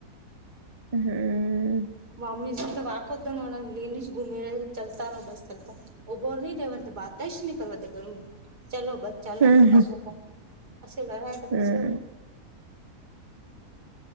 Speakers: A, on the right; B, on the right.
A: હમ
B: મમ્મીજી તો વાકો દ લેની જ ઘુમે ચાલતા રહો બસ ચાલતા ઉભો નહી રેવાર તો વાત જ નની કરવા દેખ ચલો બસ ચાલો
A: હમ
B: અો ક અ લડા કર
A: હમ